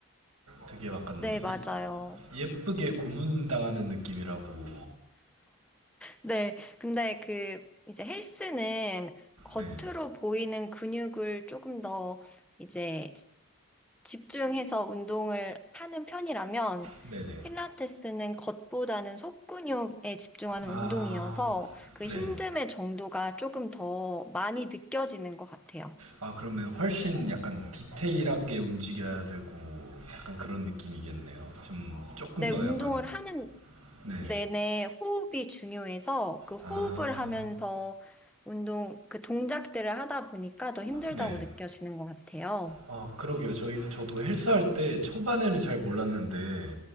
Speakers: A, on the right; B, in the centre.
A: 되게 약간
B: 네, 맞아요.
A: 예- 예쁘게 고문당하는 느낌이라고
B: 네, 근데 그 이제 헬스는 겉으로
A: 네,
B: 보이는 근육을 조금 더 이제 집중해서 운동을 하는 편이라면
A: 네네.
B: 필라테스는 겉보다는 속근육에 집중하는
A: 아,
B: 운동이어서 그
A: 네.
B: 힘듦의 정도가 조금 더 많이 느껴지는 것 같아요.
A: 아, 그러면 훨씬 약간 디테일하게 움직여야 되고 약간 그런 느낌이겠네요. 좀 조금
B: 네,
A: 더
B: 운동을
A: 약간
B: 하는
A: 네.
B: 내내 호흡이 중요해서 그 호흡을
A: 아,
B: 하면서 운동, 그 동작들을 하다 보니까 더 힘들다고
A: 네.
B: 느껴지는 것 같아요.
A: 아, 그러게요. 저희, 저도 헬스할 때 초반에는 잘 몰랐는데,